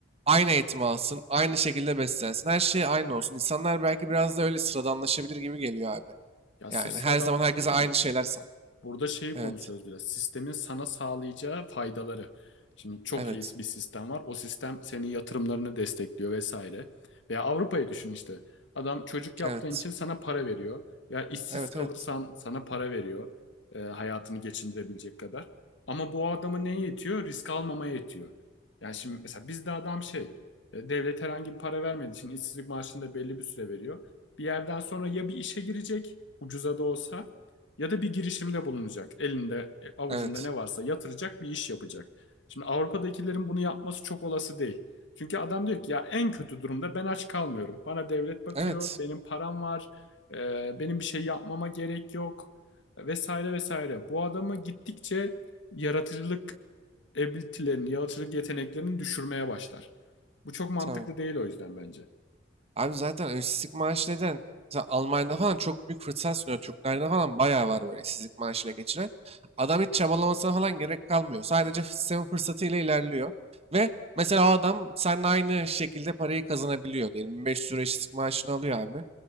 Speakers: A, on the right (about 30°); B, on the left (about 65°).
A: Aynı eğitim alsın, aynı şekilde beslensin. Her şey aynı olsun. İnsanlar belki biraz da öyle sıradanlaşabilir gibi geliyor abi.
B: Ya
A: Yani
B: sırf sıradanlaşması
A: her zaman herkese
B: da
A: aynı
B: değil.
A: şeyler san.
B: Burada şeyi
A: Evet.
B: konuşuyoruz biraz. Sistemin sana sağlayacağı faydaları. Şimdi çok
A: Evet.
B: iyi bir sistem var. O sistem senin yatırımlarını destekliyor vesaire. Veya Avrupa'yı düşün işte. Adam çocuk yaptığın
A: Evet.
B: için sana para veriyor. Ya işsiz
A: Evet.
B: kalırsan
A: Evet.
B: sana para veriyor. e, hayatını geçindirebilecek kadar. Ama bu adama neye yetiyor? Risk almamaya yetiyor. Yani şimdi mesela bizde adam şey, e, devlet herhangi bir para vermediği için işsizlik maaşını da belli bir süre veriyor. Bir yerden sonra ya bir işe girecek, ucuza da olsa ya da bir girişimde bulunacak. Elinde, e, avucunda
A: Evet.
B: ne varsa yatıracak bir iş yapacak. Şimdi Avrupa'dakilerin bunu yapması çok olası değil. Çünkü adam diyor ki ya en kötü durumda ben aç kalmıyorum. Bana devlet bakıyor,
A: Evet.
B: benim param var, e, benim bir şey yapmama gerek yok e, vesaire vesaire. Bu adamı gittikçe yaratıcılık ability'lerini, yaratıcılık yeteneklerini düşürmeye başlar. Bu çok mantıklı
A: Tabii.
B: değil o yüzden bence.
A: Abi zaten işsizlik maaşı neden? Mesela Almanya'da falan çok büyük fırsat sunuyor. Türklerde falan bayağı var böyle işsizlik maaşıyla geçiren. Adam hiç çabalamasına falan gerek kalmıyor. Sadece sistemin fırsatıyla ilerliyor. Ve mesela o adam seninle aynı şekilde parayı kazanabiliyor. Diyelim 1500 euro işsizlik maaşını alıyor abi.